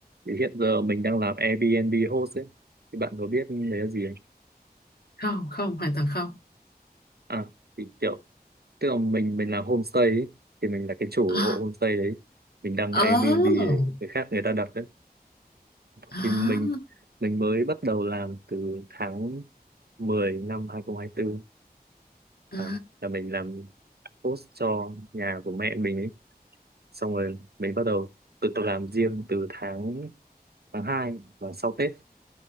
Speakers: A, on the right; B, on the left.
A: thì hiện giờ mình đang làm Airbnb host ấy thì bạn có biết đấy là gì không?
B: không không hoàn toàn không
A: À thì kiểu tức là mình mình làm homestay ấy, thì mình là cái chủ
B: À,
A: hộ homestay đấy mình đăng
B: oh,
A: Airbnb để người khác người ta đặt đấy
B: à,
A: thì mình mình mới bắt đầu làm từ tháng mười năm 2024
B: à,
A: à, là mình làm host cho nhà của mẹ mình ấy xong rồi mình bắt đầu tự làm riêng từ tháng tháng 2 và sau Tết